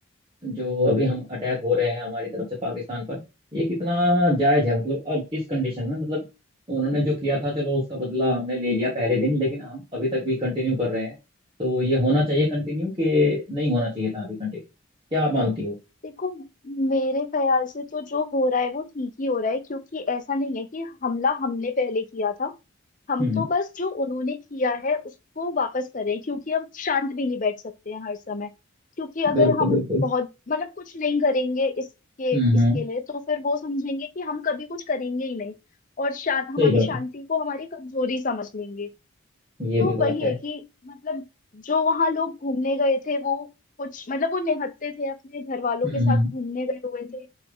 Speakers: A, on the right; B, on the left.
A: जो अभी हम अटैक हो रहे हैं हमारी तरफ से पाकिस्तान पर ये कितना जायज है मतलब अब इस कंडीशन में मतलब उन्होंने जो किया था चलो उसका बदला
B: हम्म
A: हमने ले लिया पहले दिन लेकिन हम अभी तक भी कंटिन्यू कर रहे हैं तो ये होना चाहिए कंटिन्यू कि नहीं होना चाहिए था अभी कंटिन्यू क्या आप मानती हो
B: देखो मेरे ख्याल से तो जो हो रहा है वो ठीक ही हो रहा है क्योंकि ऐसा नहीं है कि हमला हमने पहले किया था हम
A: हम्म
B: तो बस जो उन्होंने किया है उसको वापस करें क्योंकि हम शांत भी नहीं बैठ सकते हैं हर समय क्योंकि अगर
A: बिल्कुल
B: हम
A: बिल्कुल
B: बहुत मतलब कुछ नहीं करेंगे इसके
A: हम्म हम्म,
B: इसके लिए तो फिर वो समझेंगे कि हम कभी कुछ करेंगे ही नहीं और शांत हमारी
A: सही बात
B: शांति
A: है
B: को हमारी कमजोरी समझ लेंगे
A: ये
B: तो
A: भी बात
B: वही
A: है
B: है कि मतलब जो वहां लोग घूमने गए थे वो कुछ मतलब वो निहत्थे थे अपने घर वालों
A: हम्म
B: के साथ
A: हम्म
B: घूमने गए हुए थे